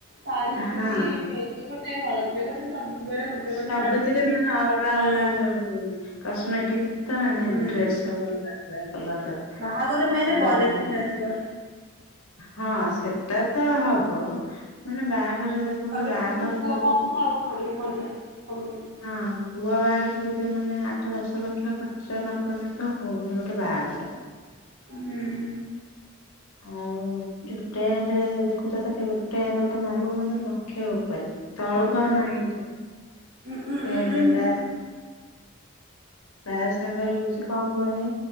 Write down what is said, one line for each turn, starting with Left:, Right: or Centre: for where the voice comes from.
Right: ଶଢୀ
Left: ହଁ
Right: ଚୁଡି ଭେଜ ଗୋଟେ ହଳଦୀରେ ଗୋଟେ। ସବୁବେଳେ ଗୋଟେ ଗୋଟେ
Left: ସବୁଥିରେ
Right: ଶାଢୀ ଚୁଡି
Left: ମାନେ ଅଲଗା ଅଲଗା
Right: ହଁ
Left: ସବୁ। କସ୍ମେଟିକ ତ ଆଣେ
Right: ହୁଁ
Left: ଡ୍ରେସ୍ ସବୁ ଅଲଗା ଅଲଗା କଲର ର।
Right: ବାହାଘର ରେ ମେନ୍
Left: ଆଉ ବାହା
Right: ବରଯାତ୍ରୀ ନାଚିବା।
Left: ହଁ ସେଟା ତ ହବ ମାନେ ବାହାଘର ଦେଖ
Right: ତାପରେ
Left: ଗୋଟେ ବାହାଘର
Right: ବି ତମର ପୁଅ
Left: କରିବନି
Right: ବାହାଘର ଆହୁରି ବଢିଆ ମଜା ସବୁ ଲାଗିବ।
Left: ହଁ ପୁଅ ବାହାଘର ବି ଏବେ ମାନେ ଆଠ ଦଶ ଲକ୍ଷ ଖର୍ଚ୍ଚ ନକଲେ ତ ହଉନି ଗୋଟେ ବାହାଘର।
Right: ହୁଁ।
Left: ଆଉ ଯୋଉ ଟେଣ୍ଡ ଦେଖୁଛ କେବେ ଟେଣ୍ଡ ଗୋଟେ ମାରିବ ମାନେ ଲକ୍ଷ ଉପରେ। ତଳକୁ
Right: ହୁଁ ହୁଁ
Left: ଆଉ ନାହିଁ
Right: ହୁଁ ଉଁ ଉଁ
Left: ଟେଣ୍ଡ
Right: ଉଁ ଉଁ
Left: ସେ
Right: ହଁ
Left: ତ ସାଙ୍ଗରେ ହଉଛି କଣ କୁହନି